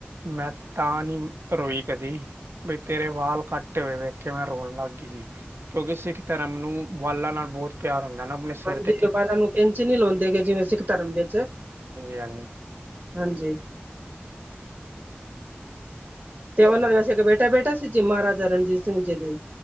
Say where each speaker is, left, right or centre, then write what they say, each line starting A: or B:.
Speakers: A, on the right (about 70°); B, on the right (about 45°).
A: ਮੈਂ ਤਾਂ ਨੀ ਰੋਈ ਕਦੀ। ਬਈ ਤੇਰੇ ਵਾਲ ਕਾਟੇ ਹੋਏ ਵੇਖ ਕੇ ਮੈਂ ਰੋਨ ਲਾਗੀ ਸੀ। ਕਿਉਂਕਿ ਸਿੱਖ ਧਰਮ ਨੂੰ ਵਾਲਾਂ ਨਾਲ ਬੋਤ ਪਿਆਰ ਹੁੰਦਾ ਨਾ ਆਪਣੇ ਸਿਰ
B: ਹਾਂਜੀ
A: ਤੇ ਕਿਰਪਾ
B: ਵਾਲ਼ਾ ਨੂੰ ਕੈਂਚੀ ਨੀ ਲੋਂਦੇ ਗੇ ਜਿਵੇਂ ਸਿੱਖ ਧਰਮ ਵਿੱਚ।
A: ਹਾਂਜੀ ਹਾਂਜੀ
B: ਹਾਂਜੀ। ਤੇ ਓਨਾਂ ਦਾ ਵੈਸੇ ਇੱਕ ਬੇਟਾ-ਬੇਟਾ ਸੀ ਜੀ ਮਹਾਰਾਜਾ ਰਣਜੀਤ ਸਿੰਘ ਜੀ ਦੀ।